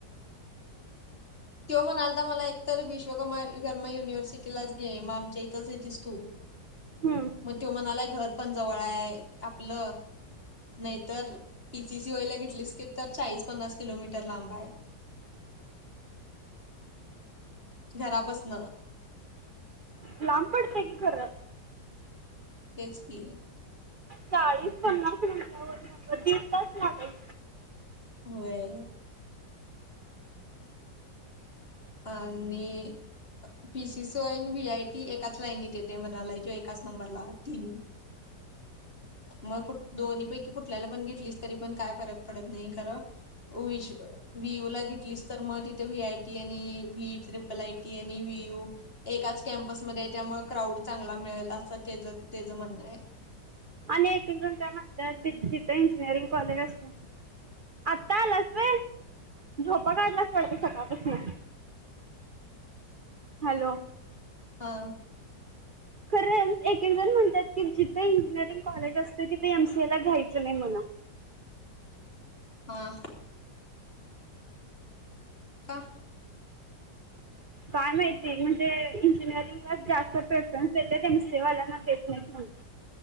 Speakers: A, on the left; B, on the right.
A: त्यो म्हणाला तर मला एकतर विश्वकर्मा कर्मा युनिव्हर्सिटीलाच घे मग आमच्या इथंच येतीस तू
B: आहेस
A: मग तो म्हणालाय घर पण जवळ आहे आपल. नाही तर पी सी सी वयला घेतलीस की तर चाळीस पन्नास किलोमीटर लांब आहे. घरा पसन.
B: लांब पडतय की खर.
A: तेच की.
B: चाळीस पन्नास म्हटल्यावर मग दिड तास लागलं.
A: होय आणि P. C. C. In, V. A. T एकाच लाईनीत येते म्हणाला तो एकाच नंबरला तीन मग कु दोन पैकी कुठल्याला पण घेतलीस तरी पण काय फरक पडत नाही खरं व्हीशु वि. ओ. ला घेतलीस तर मग तिथे वी. आय. टी. आणि व ट्रिपल आय. टी. आणि वी. ओ. एकाच कॅप. बसमध्ये त्यामुळे क्राऊड चांगला मिळेल असं त्याचं त्याचं म्हणणं आहे.
B: आणि एक एकजण काय म्हणतात बिथ इंजिनिअरिंग कॉलेज असते आता आलास व्हय झोपा काढलास वाटत सकाळपासून. हॅलो.
A: हा.
B: खरं एक एक जण म्हणतात की जिथे इंजिनिअरिंग कॉलेज असते तिथे एम. सी. ए ला घ्यायचं नाही म्हणून.
A: हा. ह <unintelligible>
B: काय माहिती म्हणजे इंजिनिअरिंगला जास्त प्रेफरन्स देत्यात एमसीए वाल्यांना देत नाही म्हण